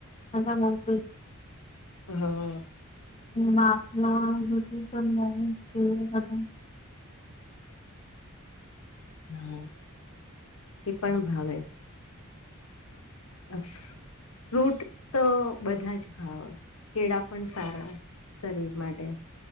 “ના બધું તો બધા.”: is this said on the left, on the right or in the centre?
Left